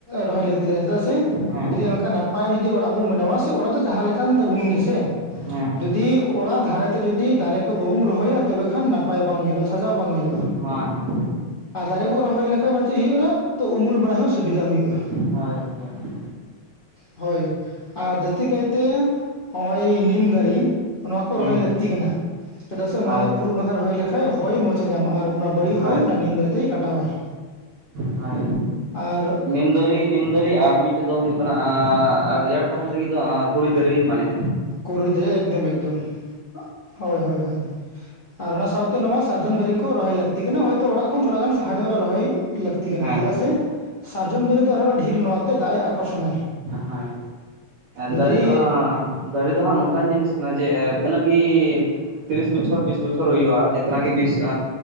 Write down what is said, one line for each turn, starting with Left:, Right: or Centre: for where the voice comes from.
Left: ᱨᱚᱦᱚᱭ ᱞᱟᱹᱠᱛᱤ ᱠᱟᱱᱟ ᱪᱮᱫᱟᱜ ᱥᱮ
Right: ᱦᱮᱸ
Left: ᱡᱩᱫᱤ ᱱᱚᱝᱠᱟ ᱱᱟᱯᱟᱭ ᱡᱩᱫᱤ ᱚᱲᱟᱜ ᱵᱚᱱ ᱵᱮᱱᱟᱣᱟ ᱥᱮ ᱚᱲᱟᱜ ᱫᱚ ᱡᱟᱦᱟᱸ ᱞᱮᱠᱟᱱ ᱛᱟᱵᱚᱱ ᱜᱮᱥᱮ
Right: ᱦᱮᱸ
Left: ᱡᱩᱫᱤ ᱚᱲᱟᱜ ᱫᱷᱟᱨᱮᱛᱮ ᱡᱩᱫᱤ ᱫᱟᱨᱮ ᱠᱚ ᱵᱟᱵᱚᱱ ᱨᱚᱦᱚᱭᱟ ᱛᱚᱵᱮ ᱠᱷᱟᱱ ᱱᱟᱯᱟᱭ ᱵᱟᱝ ᱧᱮᱞᱚᱜᱼᱟ ᱥᱟᱡᱟᱣ ᱵᱟᱝ ᱧᱮᱞᱚᱜᱼᱟ᱾
Right: ᱦᱳᱭ ᱦᱳᱭ
Left: ᱟᱨ ᱫᱟᱨᱮ ᱠᱚ ᱨᱚᱦᱚᱭ ᱞᱮᱠᱷᱟᱡ ᱪᱮᱫ ᱦᱳᱭᱳᱜᱼᱟ ᱛᱚ ᱩᱢᱩᱞ ᱵᱟᱲᱟ ᱦᱚᱸ ᱥᱩᱵᱤᱫᱟ ᱦᱩᱭᱩᱜᱼᱟ᱾
Right: ᱦᱳᱭ ᱦᱳᱭ
Left: ᱦᱳᱭ ᱟᱨ ᱡᱟᱹᱥᱛᱤ ᱠᱟᱭᱛᱮ ᱱᱚᱜ ᱚᱭ ᱱᱤᱢ ᱫᱟᱨᱮ ᱱᱚᱣᱟ ᱠᱚ
Right: ᱦᱩᱸ
Left: ᱨᱚᱦᱚᱭ ᱞᱟᱹᱠᱛᱤ ᱠᱟᱱᱟ᱾ ᱪᱮᱫᱟᱜ ᱥᱮ
Right: ᱦᱳᱭ
Left: ᱱᱚᱣᱟ ᱫᱚ ᱯᱩᱨᱩᱵ ᱵᱟᱠᱷᱨᱟ ᱨᱚᱦᱚᱭ ᱞᱮᱠᱷᱟᱱ ᱦᱚᱭ ᱢᱚᱡᱮ ᱧᱟᱢᱟ ᱟᱨ ᱚᱱᱟ ᱵᱟᱹᱲᱤᱡ
Right: ᱦᱳᱭ ᱦᱳᱭ
Left: ᱦᱚᱭ ᱚᱱᱟ ᱱᱤᱢ ᱫᱟᱨᱮ ᱛᱮ ᱠᱟᱴᱟᱣᱟᱭ
Right: ᱦᱳᱭ
Left: ᱟᱨ
Right: ᱱᱤᱢ ᱫᱟᱨᱤ ᱱᱤᱢ ᱫᱟᱨᱤ ᱟᱨ ᱟᱨ ᱢᱤᱫᱴᱮᱡ ᱫᱚ ᱦᱩᱭᱩᱜ ᱠᱟᱱᱟ ᱨᱮᱭᱟᱲ ᱛᱟᱦᱮᱱ ᱞᱟᱹᱜᱤᱫ ᱫᱚ ᱠᱚᱨᱩᱢᱽ ᱫᱟᱨᱮ ᱢᱟᱱᱮᱜᱼᱟ
Left: ᱠᱚᱨᱩᱢᱽ ᱮᱠᱫᱚᱢ ᱮᱠᱫᱚᱢ ᱦᱳᱭ ᱦᱳᱭ, ᱟᱨ ᱚᱱᱟ ᱥᱟᱶᱛᱮ ᱱᱚᱣᱟ ᱥᱟᱨᱡᱚᱢ ᱫᱟᱨᱮ ᱠᱚ ᱨᱚᱦᱚᱭ ᱞᱟᱹᱠᱛᱤ ᱠᱟᱱᱟ ᱦᱳᱭᱛᱳ ᱚᱲᱟᱜ ᱠᱷᱚᱱ ᱛᱷᱚᱲᱟ ᱜᱟᱱ ᱥᱟᱦᱟ ᱧᱚᱜ ᱨᱮ ᱨᱚᱦᱚᱭ ᱞᱟᱹᱠᱛᱤ ᱞᱟᱹᱠᱛᱤ ᱠᱟᱱᱟ
Right: ᱦᱮᱸ
Left: ᱪᱮᱫᱟᱜ
Right: ᱦᱮᱸ
Left: ᱥᱮ ᱥᱟᱨᱡᱚᱢ ᱫᱟᱨᱮ ᱫᱚ ᱟᱨᱚᱸ ᱰᱷᱮᱨ ᱱᱚᱣᱟᱛᱮ ᱫᱟᱜ ᱮ ᱟᱠᱚᱨᱥᱚᱱᱟᱭ
Right: ᱦᱳᱭ
Left: ᱡᱩᱫᱤ
Right: ᱫᱟᱨᱮ ᱫᱚ ᱫᱟᱨᱮ ᱫᱚ ᱦᱟᱸᱜ ᱱᱚᱝᱠᱟᱱ ᱡᱤᱱᱤᱥ ᱠᱟᱱᱟ ᱡᱮ ᱛᱤᱱᱟᱹᱜ ᱜᱮ ᱛᱤᱨᱤᱥ ᱵᱚᱪᱷᱚᱨ ᱵᱤᱥ ᱵᱚᱪᱷᱚᱨ ᱦᱩᱭᱩᱜᱼᱟ ᱡᱛᱮᱚᱱᱟᱜ ᱜᱮ ᱵᱤᱥᱼᱼ